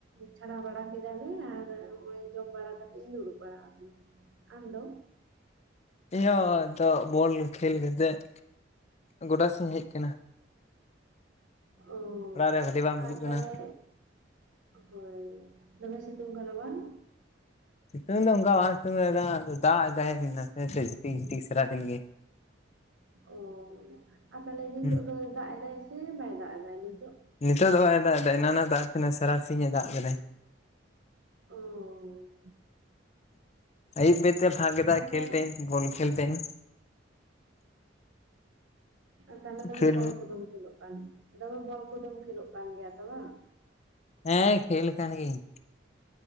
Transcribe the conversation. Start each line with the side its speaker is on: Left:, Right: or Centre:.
Right: ᱪᱷᱟᱲᱟᱣ ᱵᱟᱲᱟ ᱠᱮᱫᱟᱞᱮ ᱟᱨ ᱱᱚᱜ-ᱚᱭ ᱡᱚᱢ ᱵᱟᱲᱟ ᱠᱟᱛᱮᱜ ᱤᱧ ᱫᱩᱲᱩᱵ ᱵᱟᱲᱟ ᱟᱠᱟᱱᱟ᱾ ᱟᱢ ᱫᱚ?
Left: ᱤᱧ ᱦᱚᱸ ᱱᱤᱛᱚᱜ ᱵᱚᱞ ᱠᱷᱮᱞ ᱠᱟᱛᱮᱫ ᱜᱚᱰᱟ ᱥᱮᱡ ᱤᱧ ᱦᱮᱡ ᱟᱠᱟᱱᱟ᱾
Right: ᱳ
Left: ᱚᱲᱟᱜ ᱨᱮ ᱵᱷᱟᱹᱞᱤ ᱵᱟᱝ ᱵᱩᱡᱩᱜ
Right: ᱟᱨ
Left: ᱠᱟᱱᱟ
Right: ᱛᱟᱦᱚᱞᱮ ᱦᱳᱭ ᱫᱚᱢᱮ ᱥᱤᱛᱩᱝ ᱠᱟᱱᱟ ᱵᱟᱝ?
Left: ᱥᱤᱛᱩᱝ ᱫᱚ ᱚᱱᱠᱟ ᱵᱟᱭ ᱥᱤᱛᱩᱝ ᱞᱮᱫᱟ ᱫᱟᱜ ᱮᱫᱟᱭ ᱱᱟᱥᱮ ᱱᱟᱥᱮ ᱡᱷᱤᱴᱤᱠ ᱡᱷᱤᱴᱤᱠ ᱥᱟᱨᱟ ᱫᱤᱱ ᱜᱮ᱾
Right: ᱚ ᱟᱨ ᱛᱟᱦᱚᱞᱮ ᱱᱤᱛᱚᱜ
Left: ᱦᱩᱸ
Right: ᱫᱚ ᱫᱟᱜ ᱮᱫᱟᱭ ᱥᱮ ᱵᱟᱭ ᱫᱟᱜ ᱮᱫᱟᱭ ᱱᱤᱛᱚᱜ?
Left: ᱱᱤᱛᱚᱜ ᱫᱚ ᱵᱟᱭ ᱫᱟᱜ ᱮᱫᱟᱭ ᱮᱱᱟᱱᱮ ᱫᱟᱜ ᱮ ᱛᱟᱦᱮᱱᱟᱭ ᱥᱟᱨᱟᱥᱤᱧ ᱮ ᱫᱟᱜ ᱞᱮᱫᱟᱭ᱾
Right: ᱳᱻ
Left: ᱟᱹᱭᱩᱵ ᱵᱮᱨ ᱛᱮ ᱯᱷᱟᱸᱠᱮ ᱫᱟᱭ
Right: ᱟᱨ
Left: ᱠᱷᱮᱞ
Right: ᱛᱟᱦᱚᱞᱮ
Left: ᱴᱟᱭᱤᱢ ᱵᱚᱞ ᱠᱷᱮᱞ ᱴᱟᱭᱤᱢ᱾
Right: ᱚ ᱛᱟᱦᱚᱞᱮ ᱫᱚᱢᱮ
Left: ᱠᱷᱮᱞ
Right: ᱵᱚᱞ ᱠᱚᱫᱚᱢ ᱠᱷᱤᱞᱳᱜ ᱠᱟᱱ ᱫᱚᱢᱮ ᱵᱚᱞ ᱠᱚᱫᱚᱢ ᱠᱷᱮᱞᱳᱜ ᱠᱟᱱ ᱜᱮᱭᱟ ᱛᱚ ᱵᱟᱝ᱾
Left: ᱦᱮᱸ ᱠᱷᱮᱞ ᱠᱟᱱ ᱜᱤᱭᱟᱹᱧ᱾